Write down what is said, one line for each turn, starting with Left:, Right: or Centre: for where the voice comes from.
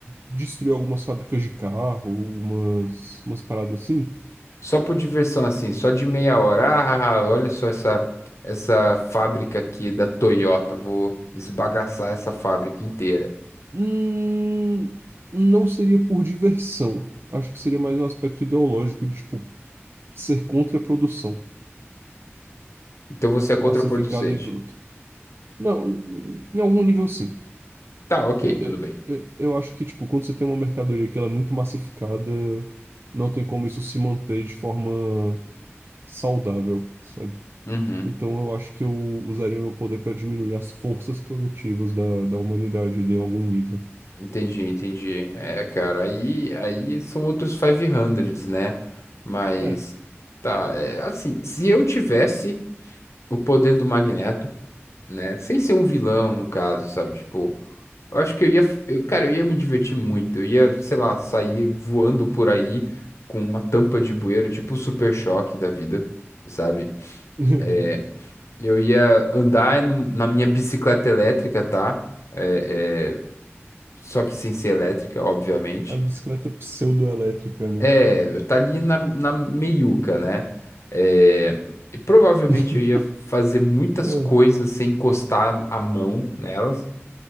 Right: destruir algumas fábricas de carro, umas, umas paradas assim.
Left: Só por diversão, assim, só de meia hora. Ah, ah, ah, olha só essa, essa fábrica aqui da Toyota. Vou esbagaçar essa fábrica inteira.
Right: Hum, não seria por diversão. Acho que seria mais um aspecto ideológico de, tipo, ser contra a produção
Left: Então você é contraproducente.
Right: massificada e bruta. Não, em algum nível sim.
Left: Tá, ok,
Right: Eh,
Left: tudo
Right: eh,
Left: bem.
Right: eh, Eu acho que, tipo, quando você tem uma mercadoria que ela é muito massificada, não tem como isso se manter de forma saudável, sabe?
Left: Uhum,
Right: Então eu acho que eu usaria meu poder para diminuir as forças produtivas da, da humanidade ali em algum nível.
Left: entendi, entendi. É, cara, aí, aí são outros 500, né? Mas,
Right: É.
Left: tá, é, assim, se eu tivesse o poder do Magneto, né? Sem ser um vilão, no caso, sabe? Tipo. Eu acho que eu ia, eu- cara, eu ia me divertir muito. Eu ia, sei lá, sair voando por aí com uma tampa de bueiro, tipo o Super Choque da vida, sabe?
Right: <laughs>
Left: É, eu ia andar no- na minha bicicleta elétrica, tá? É, é, só que sem ser elétrica, obviamente.
Right: A bicicleta pseudoelétrica, né?
Left: É, eu tá ali na, na meiuca, né? É, e provavelmente
Right: <laughs>
Left: eu ia fazer muitas
Right: Ah,
Left: coisas sem encostar a mão nelas.